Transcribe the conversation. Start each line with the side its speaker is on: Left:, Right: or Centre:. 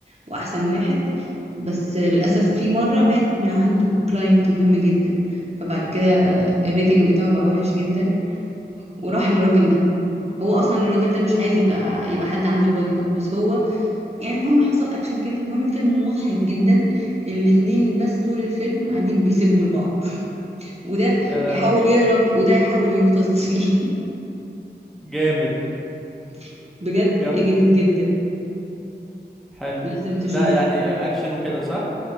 Right: واحسن واحد بس آه، للأسف في مرة مات من عنده كلاينت مهم جدا فبعد كده الريتنج بتاعه بقى وحش جدا وراح للراجل ده هو اصلا الراجل ده مش عايز يبقى يبقى حد عنده البادي جارد بس هو يعني المهم حصل اكشن كده المهم الفيلم مضحك جدا الاتنين بس طول الفيلم قاعدين بيسبوا لبعض وده
Centre: يا لهوي
Right: يحاول يهرب وده يحاول ينقذ فيه
Centre: جامد
Right: <laughs> بجد
Centre: جامدة
Right: جامد جدا
Centre: حلو
Right: لازم تشوفه
Centre: ده يعني اكشن وكده صح